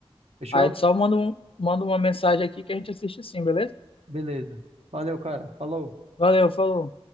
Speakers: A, on the right; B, on the left.
A: Fechou?
B: Aí tu só manda, um, manda uma mensagem aqui que a gente assiste sim, beleza?
A: Beleza. Valeu, cara. Falou.
B: Valeu, falou.